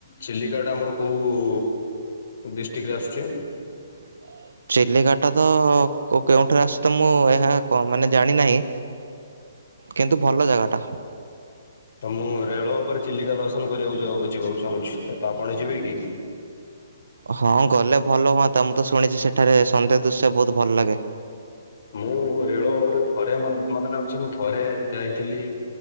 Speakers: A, on the left (about 55°); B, on the right (about 80°).
A: ଚିଲିକାଟା ଆମର କୋଉ ଡିଷ୍ଟ୍ରିକ୍ଟରେ ଆସୁଛି?
B: <inaudible> ଚିଲିକାଟା ତ କେଉଁଠାରୁ ଆସେ ତ ମୁଁ ଏହା ମାନେ ଜାଣିନାହିଁ। କିନ୍ତୁ ଭଲ ଜାଗାଟା।
A: ତ ମୁଁ ରେଳ ଉପରେ ଚିଲିକା ଦର୍ଶନ କରିବାକୁ ଯାଇ ଯିବାକୁ ଚାହୁଁଛି। ତତ ଆପଣ ଯିବେ କି?
B: ହଁ ଗଲେ ଭଲ ହୁଅନ୍ତା ମୁଁ ତ ଶୁଣିଛି ସେଠାରେ ସନ୍ଧ୍ୟା ଦୃଶ୍ୟ ବହୁତ ଭଲ ଲାଗେ। <inaudible>
A: ମୁଁ ରେଳ ଉପରେ ଥରେ ମତ ମତେ ଲାଗୁଛି ମୁଁ ଥରେ ଯାଇଥିଲି।